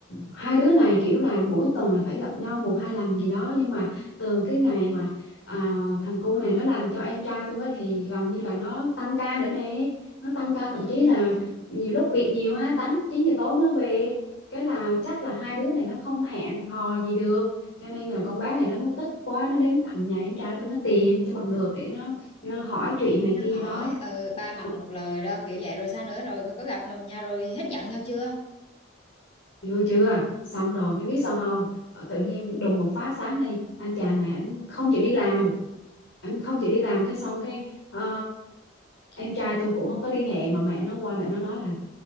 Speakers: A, on the left (about 85°); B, on the left (about 30°).
A: hai đứa này kiểu là mỗi tuần là phải gặp nhau một hai lần gì đó nhưng mà từ cái ngày mà à, thằng cu này nó làm cho em trai tôi á, thì gần như là nó tăng ca nữa nè nó tăng ca
B: ừ,
A: thậm chí
B: ừ,
A: là
B: ừ.
A: nhiều lúc việc nhiều á tám chín giờ tối mới về cái là chắc là hai đứa này nó không hẹn hò gì được cho nên là con bé này nó muốn tức quá nó đến tận nhà em trai tôi nó tìm cho bằng được để nó như hỏi chuyện này
B: nó
A: kia
B: hỏi
A: đó
B: ừ, ba mặt
A: Ờ,
B: một lời đó kiểu vậy rồi sao nữa rồi có gặp mà nhau rồi hết giận nhau chưa
A: chưa chưa xong rồi cái biết sao không Ờ, tự nhiên đùng một phát sáng nay anh chàng này anh không chịu đi làm anh không chịu đi làm cái xong cái ờ, em trai tôi cũng không có liên hệ mà mẹ nó qua mẹ nó nói là